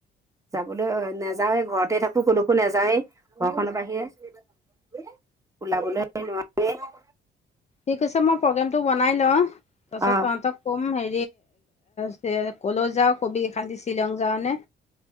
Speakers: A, on the right; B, on the left.
A: যাবলৈ নাযাৱে ঘৰতে থাকোঁ। কোনকো নেযায়, ঘৰখনৰ বাহিৰে। ওলাবলৈ নোৱাৰিয়ে।
B: ঠিক আছে, মই প্ৰগ্ৰেমটো বনাই লওঁ। তাৰ পিছত
A: অ
B: তহঁতক ক'ম হে সেই কলৈ যাও কবি খালি শ্বিলং যাও নে?